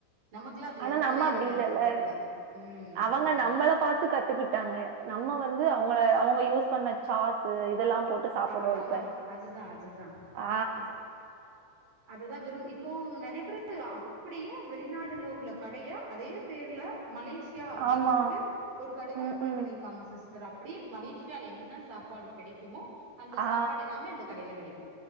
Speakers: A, on the right (about 45°); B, on the right (about 75°).
A: நமக்குல்லா அது
B: ஆனா
A: எறங்கவே
B: நம்ம அப்டி
A: எறங்காது
B: இல்லேல்ல
A: தொண்டைக்குள்ள ம்
B: அவங்க நம்மள பாத்து கத்துக்குட்டாங்க நம்ம வந்து இது அவங்கள அவங்க யூஸ் பண்ண சாஸ்சு இதெல்லாம் போட்டு சாப்பிடுறோம்
A: அதெல்லா
B: இப்ப.
A: நம்ம அதுதா அதுதா
B: ஆ
A: அது அதுதா விரும் இப்போ நெறைய பேரு அப்டியே வெளிநாடுல உள்ள கடைய அதே பேர்ல மலேஷியா அப்டின்
B: ஆமா
A: போட்டு ஒரு கடைல்லாம்
B: ம்
A: ஓபன்
B: ம்
A: பண்ணிருக்காங்க சிஸ் சார் அப்டியே மலேஷியால என்ன சாப்பாடு கெடைக்குமோ அந்த
B: ஆ
A: சாப்பாடெல்லாமே அந்த கடைல கெடைக்கு